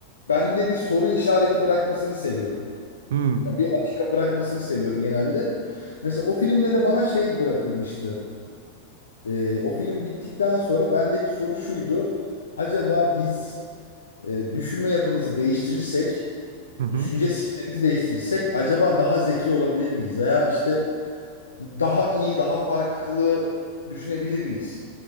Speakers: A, on the left (about 70°); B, on the right (about 60°).
A: bende bir soru işareti bırakmasını seviyorum.
B: Hmm.
A: Ya bir açık bırakmasını seviyorum genelde. Mesela o filmde de bana şey bırakılmıştı. Ee, o film bittikten sonra bendeki soru şuydu. Acaba biz e, düşünme yapımızı değiştirirsek,
B: Hı hı.
A: düşünce sistemimizi değiştirirsek acaba daha zeki olabilir miyiz? Veya işte daha iyi, daha farklı düşünebilir miyiz?